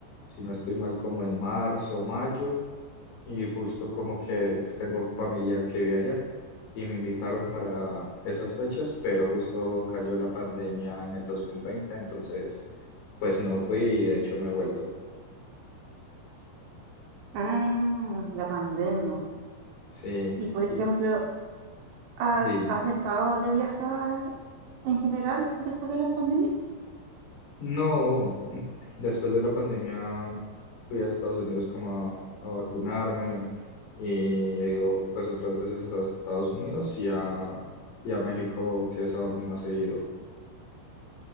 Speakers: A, on the left; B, on the right.
A: si no estoy mal, como en marzo, mayo, y justo como que pues, tengo familia que vive allá y me invitaron para esas fechas, pero justo cayó la pandemia en el dos mil veinte entonces pues no fui y de hecho no he vuelto.
B: Ah, la pandemia.
A: Sí,
B: Y por ejemplo,
A: y
B: ¿Has,
A: dime.
B: has dejado de viajar en general después de la pandemia?
A: No. Después de la pandemia fui a Estados Unidos como a, a vacunarme y he ido pues otras veces a Estados Unidos y a, y a México, que es a donde más he ido.